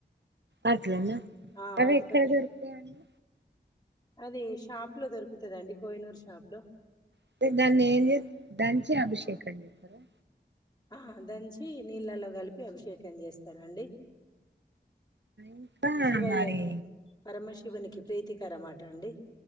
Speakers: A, on the right; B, on the left.
A: అట్లనా
B: ఆ
A: అవి
B: వాటితోటి
A: ఎక్కడ దొరుకుతాయండి
B: అది షాప్ లో దొరుకుతదండి కోయినూరు షాప్ లో
A: అంటే దాన్ని ఏం జే దంచి అభిషేకం చేత్తరా
B: ఆ దంచి నీళ్ళలో కలిపి అభిషేకం చేస్తారండి
A: ఇంకా
B: శివయ్యకు
A: మరి
B: పరమశివునికి ప్రీతికరమాట అండి